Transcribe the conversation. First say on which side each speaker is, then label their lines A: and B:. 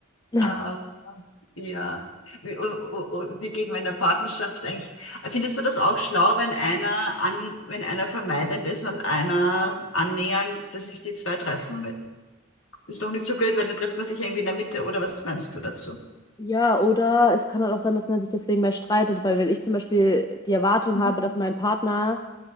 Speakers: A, on the left; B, on the left.
A: <laughs>
B: Aber ja. Wie, u- u- u- wie geht man in der Partnerschaft eigentlich? Findest du das auch schlau, wenn einer an, wenn einer vermeidend ist und einer annähernd, dass sich die zwei treffen? Ist doch nicht so blöd, weil dann trifft man sich irgendwie in der Mitte, oder was meinst du dazu?
A: Ja, oder es kann halt auch sein, dass man sich deswegen mehr streitet, weil wenn ich zum Beispiel die Erwartung
B: Mhm.
A: habe, dass mein Partner